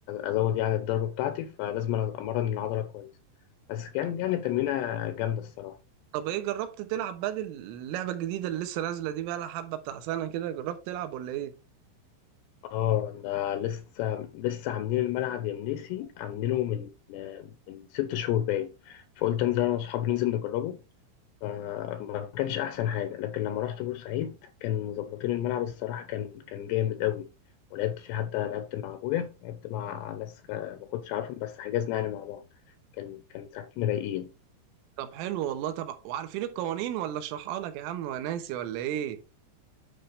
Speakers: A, on the left; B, on the right.
A: أزود يعني الضربة بتاعتي فلازم أنا أمرن العضلة كويس بس كان يعني تمرينة جامدة الصراحة.
B: طب ايه جربت تلعب بدل اللعبه الجديده اللي لسه نازله دي بقى لها حبه بتاع سنه كده جربت تلعب ولا ايه
A: اه ده لسه لسه عاملين الملعب يا منيسي عاملينه من من ست شهور باين فقلت انزل انا واصحابي ننزل نجربه فما كانش احسن حاجه لكن لما رحت بورسعيد كان مظبطين الملعب الصراحه كان كان جامد قوي ولعبت فيه حتى لعبت مع ابويا لعبت مع ناس ك- ما كنتش عارفهم بس حجزنا يعني مع بعض كان كان ساعتين رايقين
B: طب حلو والله طب وعارفين القوانين ولا اشرحها لك يا عم وناسي ولا ايه